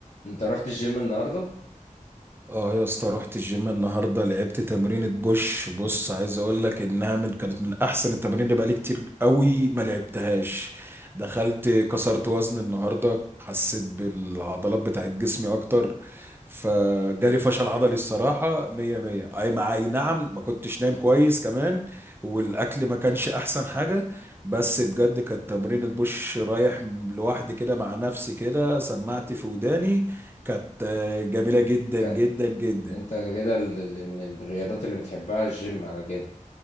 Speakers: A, on the left; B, on the right.
A: انت رحت الجيم النهارده
B: اه يا اسطى رحت الجيم النهارده لعبت تمرينة بوش بص عايز اقول لك انها من كانت من احسن التمارين اللي بقالي كتير قوي ما لعبتهاش دخلت كسرت وزن النهارده حسيت بالعضلات بتاعت جسمي اكتر فجالي فشل عضلي الصراحة مية مية اي مع اي نعم ما كنتش نايم كويس كمان والاكل ما كانش احسن حاجة بس بجد كانت تمرينة بوش رايح لوحدي كده مع نفسي كده سمعت
A: مم.
B: في وداني كانت آه، جميلة جدا
A: انت
B: جدا جدا
A: انت كده ال- ال- من الرياضات اللي بتحبها الجيم على كده